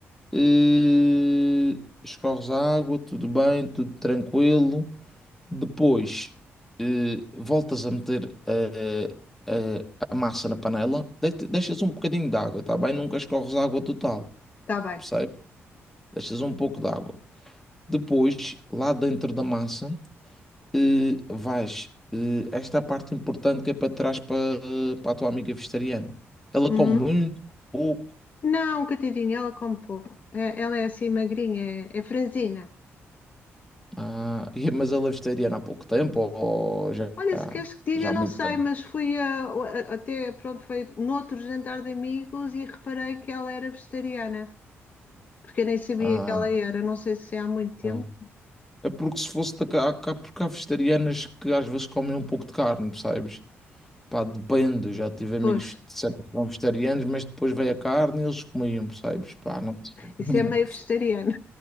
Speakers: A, in the centre; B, on the left (about 35°).
A: eh, escorres a água, tudo bem, tudo tranquilo. Depois, eh, voltas a meter eh, eh, a massa na panela, de- deixas um bocadinho de água, tá bem? Nunca escorres a água total,
B: está bem.
A: percebe? Deixas um pouco de água. Depois, lá dentro da massa, eh, vais, eh, esta é a parte importante que é para trás para, eh, para a tua amiga vegetariana. Ela
B: Uhum.
A: come muito, pouco,
B: Não, coitadinha, ela come pouco. É- ela é assim magrinha, é, é franzina.
A: ah, <laughs> e- mas ela é vegetariana há pouco tempo ou já,
B: Olha, se queres que diga,
A: já há
B: não
A: muito
B: sei,
A: tempo?
B: mas fui a- a- até, pronto, foi noutro jantar de amigos e reparei que ela era vegetariana, porque eu nem sabia
A: Ah,
B: que ela era, não sei se é há muito tempo.
A: ah. é porque se fosse da cá, cá- porque há vegetarianas que às vezes comem um pouco de carne, percebes? Pá, depende, já tive amigos
B: Pois,
A: que disseram que eram vegetarianos, mas depois veio a carne e eles comiam, percebes? Pá, não sei.
B: isso
A: <laughs>
B: é meio vegetariano.